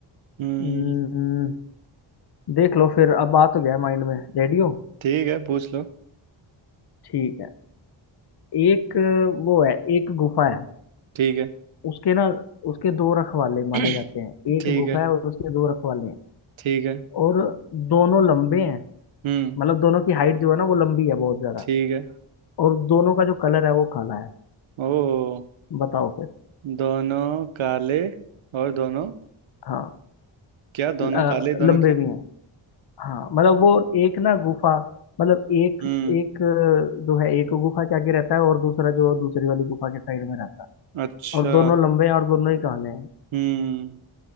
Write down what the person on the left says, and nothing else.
हम्म, देख लो फिर अब आ तो गया माइंड में रेडियो
ठीक है एक वो है एक गुफा है
उसके ना उसके दो रखवाले माने
जाते हैं एक
गुफा
है और उसके दो रखवाले हैं
और दोनों लंबे हैं
मतलब दोनों की हाइट जो है ना वो लंबी है बहुत ज्यादा
और दोनों का जो कलर है वो काला है
बताओ फिर
हाँ
ल-
अ,
लंबे
भी हैं हाँ मतलब वो एक ना गुफा मतलब एक
एक अ, जो है एक गुफा के आगे रहता है और दूसरा जो दूसरी वाली गुफा के साइड में रहता है
और दोनों लंबे हैं और दोनों ही काले हैं